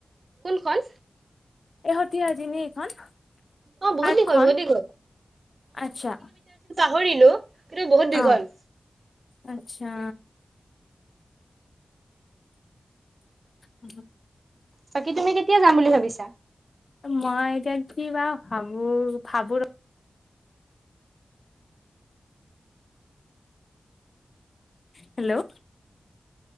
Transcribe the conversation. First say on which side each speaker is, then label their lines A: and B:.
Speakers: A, on the right; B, on the left.
A: কোনখন
B: এহতিন এইখন পাৰ্কখন
A: অ বহুত দীঘল বহুত দীঘল
B: আচ্ছা
A: পাহৰিলোঁ। কিন্তু বহুত দীঘল।
B: অ' আচ্ছা অ
A: বাকী তুমি কেতিয়া যাম বুলি ভাবিছা?
B: মই এতিয়া কি বা ভাবো ভাবো ৰ hello